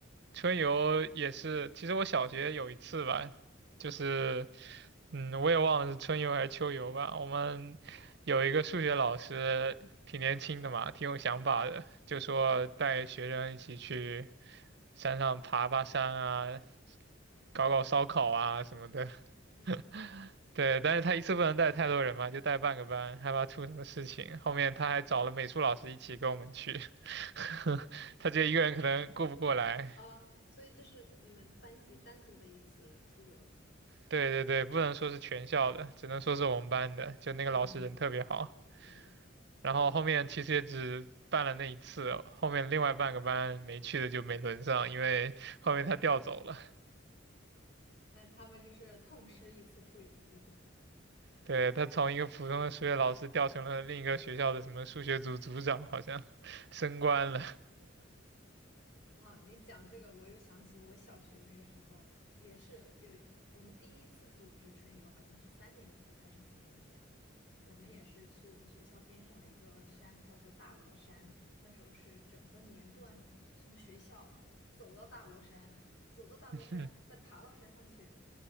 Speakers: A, on the right (about 60°); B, on the left (about 60°).
A: 春游也是，其实我小学有一次吧，就是，嗯，我也忘了是春游还是秋游吧。我们有一个数学老师，挺年轻的嘛，挺有想法的，就说带学生一起去山上爬爬山啊，搞搞烧烤啊什么的。
B: 嗯，
A: <laughs> 对，但是他一次不能带太多人嘛，就带半个班，害怕出什么事情。后面他还找了美术老师一起跟我们去，<laughs> 他觉得一个人可能顾不过来。
B: 所以啊，所以这是你们班级单独的一次出游。
A: 对对对，不能说是全校的，只能说是我们班的，就那个老师人特别好。
B: 嗯嗯，
A: 然后后面其实也只办了那一次哦，后面另外半个班没去的就没轮上，因为 <laughs> 后面他调走了。
B: 那他们这是痛失一次出游机会。
A: 对，他从一个普通的数学老师调成了另一个学校的什么数学组组长，好像升官了。
B: 哦，你讲这个，我又想起我小学那个时候也是有我们第一次组织春游，好像是三年级还是几年级啊？我们也是去我们学校边上的一个山，叫做大罗山。那时候是整个年段从学校走到大罗山，走到大罗山，
A: <laughs>
B: 再爬到山上去，